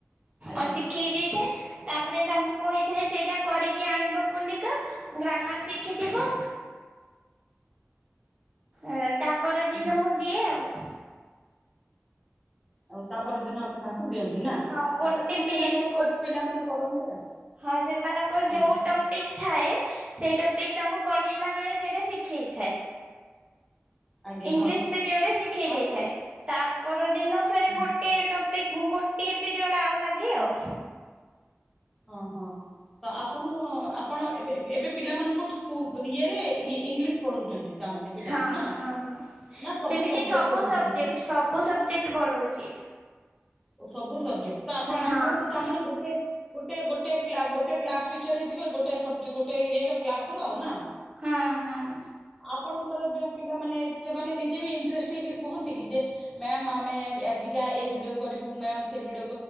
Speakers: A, in the centre; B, on the right (about 30°).
A: ଆଜ୍ଞା
B: ଆ ଶିଖେଇ ଦେଇଥାଏ। ତାପରେ ତାଙ୍କୁ କହିଥାଏ ସେଇଟା କରିକି ଆଣିବ ବୁଲିକା ଗ୍ରାମର ଶିଖିଥିବ। ଏ। ତା ପର
A: ହୁଁ
B: ଦିନ ମୁଁ ଦିଏ ଆଉ।
A: ଆଉ ତା ପରଦିନ ଆମେ ତାଙ୍କୁ ଦିଅନ୍ତି ନା
B: ହଁ ଗୋଟେ
A: ତାପରେ ସେମାନେ
B: ପି
A: ତାଙ୍କର
B: ଗୋ
A: ପିଲାମାନେ କରନ୍ତି ଆଉ।
B: ହଁ ସେମାନଙ୍କର
A: ହଁ
B: ଯୋଉ ଟପିକ ଥାଏ। ସେଇ ଟପିକ ତାଙ୍କୁ ପଢ଼େଇଲା ବେଳେ ସେଇଟା ଶିଖେଇଥାଏ।
A: ଆଜ୍ଞା
B: ଇଂଲିଶ
A: ହଁ
B: ପିରିୟଡରେ ଶିଖେଇ
A: ତାପରେ
B: ଦେଇଥାଏ ତା। ଦିନ ଫେରେ
A: ହଁ
B: ଗୋଟେ ଟ ଗୋଟିଏ ପିରିୟଡ ଆଉ ଲାଗେ ଆଉ।
A: ହଁ ହଁ ତ ଆପଣ ଆପଣ ଏବେ ଏବେ ପିଲାମାନଙ୍କୁ ଇଏରେ ଇଂଲିଶ ପଢଉଛନ୍ତି। ତାମାନେ ପିଲାଙ୍କୁ
B: ହଁ
A: ନା
B: ହଁ
A: ନା ସବୁ
B: ସେମିତି
A: ସବଜେକ୍ଟ
B: ସବୁ
A: ପଢଉଛନ୍ତି
B: ସବଜେକ୍ଟ
A: ମ୍ୟାମ୍
B: ସବୁ ସବଜେକ୍ଟ ପଢଉଛି।
A: ଓ ସବୁ ସବଜେକ୍ଟ ତ ଆପଣ
B: ହଁ।
A: ଆପଣଙ୍କୁ ତାମାନେ ଗୋଟେ। ଗୋଟେ ଗୋଟେ ଗୋଟେ କ୍ଲାସ ଟିଚର ହେଇଥିବେ ଗୋଟେ ସ ଗୋଟ ଇଏ ର କ୍ଲାସ ର ଆଉ ନା।
B: ହଁ ହଁ
A: ଆପଣଙ୍କର ଯୋଉ ପି ପିଲାମାନେ ସେମାନେ ନିଯେ ବି ଇଣ୍ଟେଷ୍ଟ ହେଇକି କୁହନ୍ତି କି ଯେ ମ୍ୟାମ ଆମେ ଆଜିକା ଏ ଭିଡିଓ। କରିବୁ ମ୍ୟାମ୍ ସେ ବିୁଡ।